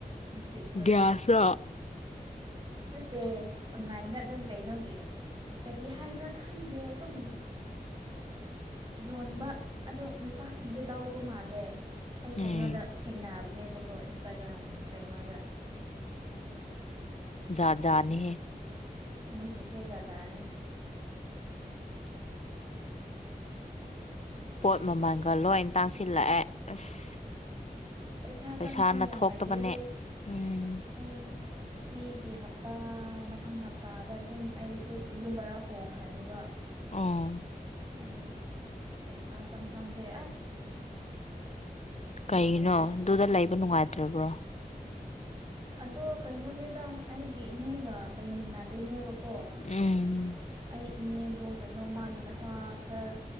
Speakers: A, on the right; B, on the left.
A: ꯅꯨꯡꯁꯤꯠꯇꯣ
B: ꯒꯤꯌꯥꯁꯂꫭ꯫
A: ꯅꯠꯇꯦ ꯑꯣꯟꯂꯥꯏꯟꯗ ꯑꯗꯨꯝ ꯀꯩꯅꯣꯒꯤ ꯀꯔꯤ ꯍꯥꯏꯕ꯭ꯔꯥ ꯈꯪꯗꯦ ꯑꯗꯨꯝ ꯌꯣꯟꯕ ꯑꯗꯨ ꯅꯨꯄꯥꯁꯤꯡꯁꯨ ꯂꯧꯕ ꯃꯥꯜꯂꯦ ꯑꯩ ꯀꯩꯅꯣꯗ
B: ꯎꯝ
A: ꯊꯦꯡꯅꯕꯅꯦꯕꯀꯣ ꯏꯟꯁꯇꯥꯒ꯭ꯔꯥꯝ ꯀꯩꯅꯣꯗ꯫
B: ꯖꯥꯠ ꯖꯥꯠꯅꯤꯍꯦ
A: ꯃꯤꯁꯤꯡꯁꯦ ꯖꯥꯖꯅꯦ꯫ <unintelligible>
B: ꯄꯣꯠ ꯃꯃꯜꯒ ꯂꯣꯏ ꯇꯥꯡꯁꯤꯜꯂꯛꯑꯦ ꯑꯁ꯫
A: ꯄꯩꯁꯥ
B: ꯄꯩꯁꯥꯅ
A: ꯆꯪꯐꯝ ꯌꯥꯝ
B: ꯊꯣꯛꯇꯕꯅꯦ
A: ꯂꯩꯌꯦ
B: ꯎꯝ
A: ꯑꯩ꯫ ꯁꯤꯒꯤ ꯍꯞꯇꯥ ꯃꯊꯪ ꯍꯞꯇꯥꯗ ꯑꯗꯨꯝ ꯑꯩꯁꯨ ꯌꯨꯝ ꯕꯔꯥ ꯍꯣꯡꯈ꯭ꯔꯅꯤꯕ꯫
B: ꯎꯝ꯫
A: ꯑꯗꯨꯒꯤ ꯄꯩꯁꯥ ꯆꯪꯐꯝꯁꯦ ꯑꯁ꯫
B: ꯀꯩꯒꯤꯅꯣ
A: ꯌꯥꯝ ꯂꯩꯌꯦ
B: ꯑꯗꯨꯗ ꯂꯩꯕ ꯅꯨꯡꯉꯥꯏꯇ꯭ꯔꯕ꯭ꯔꯣ꯫
A: ꯑꯗꯣ ꯀꯩꯅꯣꯅꯦꯗ ꯑꯩꯒꯤ ꯏꯅꯦꯒ ꯂꯩꯃꯤꯟꯅꯗꯣꯏꯅꯦꯕꯀꯣ꯫
B: ꯎꯝ꯫
A: ꯑꯩ ꯏꯅꯦꯗꯣ ꯀꯩꯅꯣ ꯃꯥꯒꯤ ꯃꯁꯥ ꯈꯔ